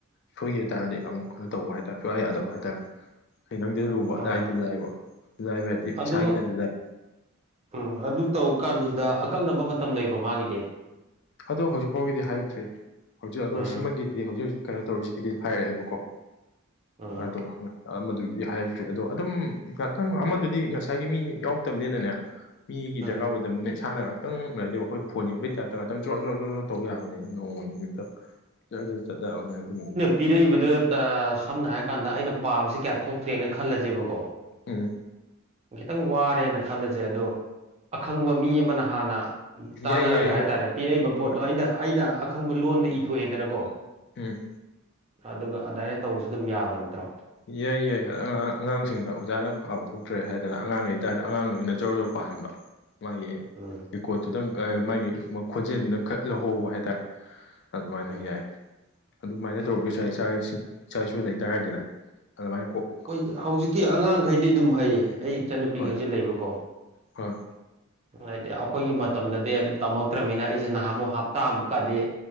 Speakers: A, on the left (about 55°); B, on the right (about 30°).
A: ꯁꯣꯏꯒꯤ ꯇꯥꯔꯗꯤ ꯑꯃꯨꯛ ꯀꯩꯅꯣ ꯇꯧꯕ ꯍꯥꯏꯇꯥꯔꯦ ꯁꯨꯌꯥ ꯌꯥꯗꯕ ꯍꯥꯏꯇꯥꯔꯦ ꯍꯩ ꯅꯪ ꯂꯨꯕ
B: ꯑꯥ
A: ꯂꯥꯏꯗꯤ ꯂꯥꯏꯕ ꯂꯥꯏꯕ ꯍꯥꯏꯗꯤ ꯄꯩꯁꯥꯒꯤꯗꯗꯤ
B: ꯑꯗꯨ
A: ꯂꯥꯏ
B: ꯎꯝ ꯑꯗꯨ ꯇꯧ ꯀꯥꯟꯗꯨꯗ ꯑꯀꯛꯅꯕ ꯃꯇꯝ ꯂꯩꯕ꯭ꯔꯣ ꯃꯥꯒꯤꯗꯤ
A: ꯑꯗꯣ ꯍꯧꯖꯤꯛ ꯐꯥꯎꯒꯤꯗꯤ ꯍꯥꯏꯗ꯭ꯔꯤ ꯍꯧꯖꯤꯛ ꯑꯗꯣ
B: ꯎꯝ
A: ꯁꯤꯃꯛꯒꯤ ꯗꯤ ꯍꯧꯖꯤꯛ ꯍꯧꯖꯤꯛ ꯀꯩꯅꯣ ꯇꯧꯔꯤꯁꯤꯒꯤꯗꯤ ꯍꯥꯏꯔꯛꯑꯦꯕꯀꯣ
B: ꯎꯝ
A: ꯑꯗꯣ ꯑꯃꯗꯨꯒꯤꯗꯤ ꯍꯥꯏꯔꯛꯇ꯭ꯔꯤ ꯑꯗꯣ ꯑꯗꯨꯝ ꯉꯥꯛꯇꯪ ꯑꯃꯗꯨꯗꯤ ꯉꯁꯥꯏꯒꯤ ꯃꯤ ꯌꯥꯎꯔꯛꯇꯝꯅꯤꯅꯅꯦ ꯃꯤꯒꯤ
B: ꯎꯝ
A: ꯗꯔꯀꯥꯔ ꯑꯣꯏꯗꯕꯅꯤꯅ ꯏꯁꯥꯅ ꯉꯥꯛꯇꯪ ꯉꯥꯏꯗꯩꯕ ꯑꯩꯈꯣꯏ ꯐꯣꯟ ꯌꯦꯡꯕꯩ ꯇꯥꯏꯞꯇ ꯉꯥꯛ ꯈꯤꯇꯪ ꯆꯣꯔ ꯆꯣꯔ ꯆꯣ ꯆꯔꯣ ꯇꯧ ꯌꯥꯕꯅꯤ ꯅꯣꯡꯃꯒꯤ ꯅꯨꯃꯤꯠꯇ ꯖꯔꯥ ꯖꯔꯥ ꯆꯠ ꯌꯕꯅꯦ ꯑꯗꯨꯕꯨꯗꯤ
B: ꯄꯤꯔꯛꯏꯕꯗꯨꯇ ꯁꯝꯅ ꯍꯥꯏꯔ ꯀꯥꯟꯗ ꯑꯩꯅ ꯄꯥꯕꯁꯦ ꯀꯌꯥ ꯊꯣꯛꯇ꯭ꯔꯦꯅ ꯈꯜꯂꯁꯦꯕꯀꯣ
A: ꯎꯝ
B: ꯈꯤꯇꯪ ꯋꯥꯔꯦꯅ ꯈꯜꯂꯖꯦ ꯑꯗꯣ ꯑꯈꯪꯕ ꯃꯤ ꯑꯃꯅ ꯍꯥꯟꯅ ꯇꯥꯟꯅꯔꯒ
A: ꯌꯥꯏ ꯌꯥꯏ
B: ꯍꯥꯏꯇꯥꯔꯦ
A: ꯌꯥꯏ
B: ꯄꯤꯔꯛꯏꯕ ꯄꯣꯠꯇꯣ
A: ꯍꯣꯏ
B: ꯑꯩꯅ ꯑꯩꯅ ꯑꯈꯪꯕ ꯂꯣꯟꯗ ꯏꯊꯣꯛꯑꯦꯗꯅꯀꯣ
A: ꯎꯝ
B: ꯑꯗꯨꯒ ꯑꯗꯥꯏꯅ ꯇꯧꯕꯁꯨ ꯑꯗꯨꯝ ꯌꯥꯕ ꯅꯠꯇ꯭ꯔꯣ
A: ꯌꯥꯏ ꯌꯥꯏ ꯑꯉꯥꯡ ꯑꯉꯥꯡꯁꯤꯡꯗ ꯑꯣꯖꯥꯅ ꯄꯥꯕ ꯊꯣꯛꯇ꯭ꯔꯦ ꯍꯥꯏꯗꯅ ꯑꯉꯥꯡ ꯂꯩꯇꯥꯥꯔꯗꯤ ꯑꯉꯥꯡꯗ ꯑꯣꯏꯅ ꯖꯔꯣ ꯖꯔꯣ ꯄꯥꯍꯟꯕ ꯃꯥꯒꯤ
B: ꯎꯝ
A: ꯔꯦꯀꯣꯠꯇꯨꯗꯪ ꯒ ꯃꯥꯒꯤ ꯃ ꯈꯣꯟꯖꯦꯜꯗꯨꯅ ꯈꯔ ꯂꯧꯍꯧꯕ ꯍꯥꯏꯇꯥꯔꯦ ꯑꯗꯨꯃꯥꯏꯅ
B: ꯎꯝ
A: ꯌꯥꯏ ꯑꯗꯨꯃꯥꯏꯅ ꯇꯧꯒꯦꯁꯨ ꯌꯥꯏ ꯏꯆꯥ ꯏꯁꯤꯡ ꯏꯆꯥ ꯏꯁꯨ ꯂꯩꯇꯥꯔꯗꯤꯅꯦ ꯑꯗꯨꯃꯥꯥꯏꯅ ꯀꯣꯛ
B: ꯃꯣꯏꯗꯤ ꯍꯧꯖꯤꯛꯀꯤ ꯑꯉꯥꯡꯈꯩꯗꯤ ꯑꯗꯨꯝ ꯍꯩꯌꯦ ꯑꯩ ꯏꯆꯟꯅꯨꯄꯤꯈꯩꯁꯨ
A: ꯍꯣꯏ
B: ꯂꯩꯕꯀꯣ
A: ꯍꯣꯏ
B: ꯍꯥꯏꯗꯤ ꯑꯈꯣꯏꯒꯤ ꯃꯇꯝꯗꯗꯤ ꯑꯗꯨ ꯇꯝꯃꯛꯇ꯭ꯔꯃꯤꯅ ꯑꯩꯖꯦ ꯅꯍꯥꯟꯃꯨꯛ ꯍꯞꯇꯥꯃꯨꯛꯀꯗꯤ